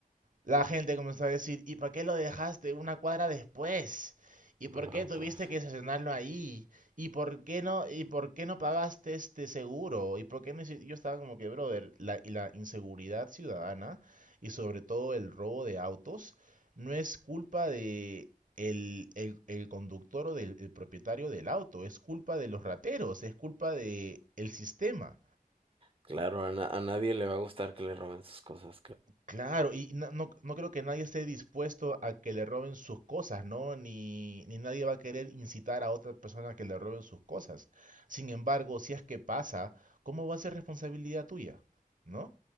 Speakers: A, on the right (about 60°); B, on the right (about 35°).
A: La gente comenzó a decir, ¿y para qué lo dejaste una cuadra después? ¿Y por
B: No,
A: qué tuviste
B: pues
A: que estacionarlo ahí? ¿Y por qué no, y por qué no pagaste este seguro? ¿Y por qué no hici-?" Yo estaba como que, brother, la, y la inseguridad ciudadana y sobre todo el robo de autos no es culpa de el, el- el conductor o del el propietario del auto, es culpa de los rateros, es culpa de el sistema.
B: claro, a, na- a nadie le va a gustar que le roben sus cosas. cl-
A: Claro, y no, no- no creo que nadie esté dispuesto a que le roben sus cosas, ¿no? Ni, ni nadie va a querer incitar a otra persona a que le roben sus cosas. Sin embargo, si es que pasa, ¿cómo va a ser responsabilidad tuya? ¿No?